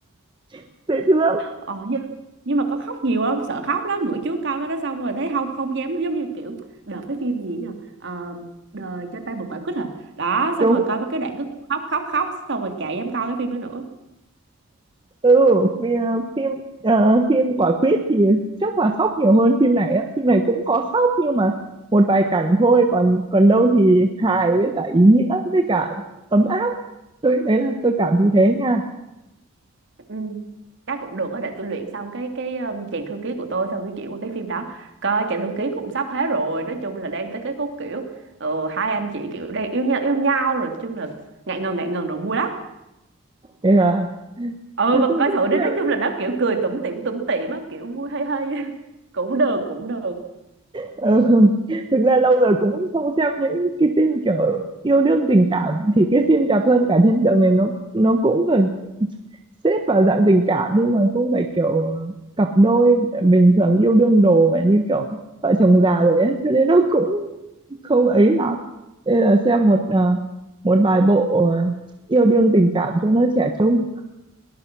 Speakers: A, on the right (about 20°); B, on the right (about 55°).
A: <laughs> dễ thương
B: Ờ nhưng, nhưng mà có khóc nhiều không? Sợ khóc lắm. Bữa trước coi cái đó xong rồi thấy không không dám giống như kiểu đợt cái phim gì nhờ. Ờ, đời cho ta một quả quýt à. Đó xong
A: đúng
B: rồi coi mấy cái đoạn cứ khóc khóc khóc xong rồi chả dám coi cái phim đó nữa.
A: ừ vì, à, phim à, phim quả quýt thì chắc là khóc nhiều hơn phim này á phim này cũng có khóc nhưng mà một vài cảnh thôi còn còn đâu thì hài với cả ý nghĩa với cả ấm áp tôi đấy là tôi cảm thấy thế nha
B: Ừ, chắc cũng được á để tôi luyện xong cái cái um, chàng thư ký của tôi xong tôi chuyển qua cái phim đó coi chàng thư ký cũng sắp hết rồi nói chung là đang tới cái khúc kiểu ờ, hai anh chị kiểu đang yêu nhau yêu nhau rồi nói chung là ngại ngần ngại ngần rồi vui lắm
A: nên là
B: ừ
A: tôi
B: bà
A: cũng
B: coi
A: thích
B: thử đi
A: xem
B: nói chung là nó kiểu cười tủm tỉm tủm tỉm á kiểu vui hay hay <laughs> cũng được cũng được
A: ừ. <laughs> thực ra lâu rồi cũng không xem những cái phim kiểu yêu đương tình cảm thì cái phim đẹp hơn cả thiên đường này nó nó cũng gần xếp vào dạng tình cảm nhưng mà không phải kiểu ờ, cặp đôi bình thường yêu đương đồ mà như kiểu vợ chồng già rồi ấy cho nên nó cũng không ấy lắm nên là xem một ờ, một vài bộ ờ, yêu đương tình cảm cho nó trẻ trung